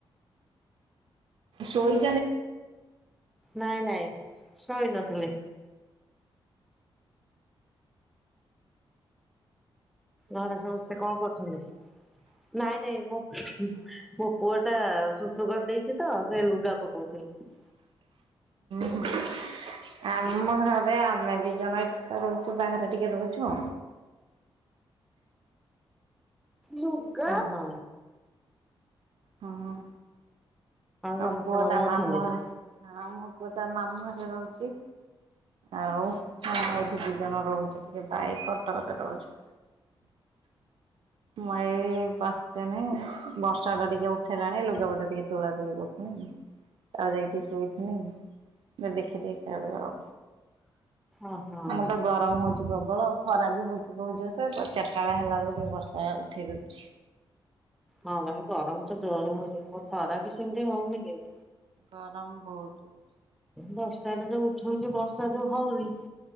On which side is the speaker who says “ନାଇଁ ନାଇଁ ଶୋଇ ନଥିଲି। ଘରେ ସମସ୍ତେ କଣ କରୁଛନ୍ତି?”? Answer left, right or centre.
Centre